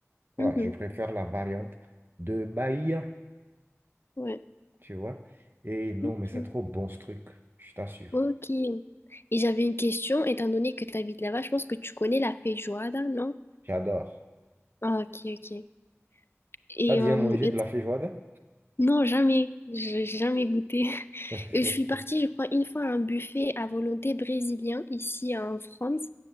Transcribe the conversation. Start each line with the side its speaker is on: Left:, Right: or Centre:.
Right: Voilà,
Left: Mhm,
Right: je préfère la variante de Bahia,
Left: ouais,
Right: tu vois. Et non,
Left: ok.
Right: mais c'est trop bon ce truc, je t'assure.
Left: Ok. Et j'avais une question, étant donné que tu habites là-bas, je pense que tu connais la feijoada, non?
Right: J'adore.
Left: Ah, ok, ok. Et
Right: T'as déjà
Left: euh,
Right: mangé
Left: et-
Right: de la feijoada?
Left: non, jamais, j'ai j'ai jamais goûté. <laughs>
Right: <laughs>
Left: Et je suis partie, je crois, une fois à un buffet à volonté brésilien ici en France.